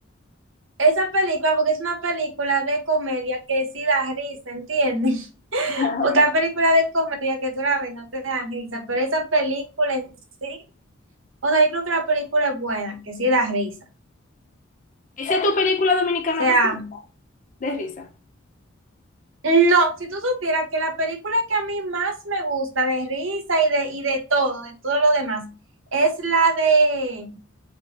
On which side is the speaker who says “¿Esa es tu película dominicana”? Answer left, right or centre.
Left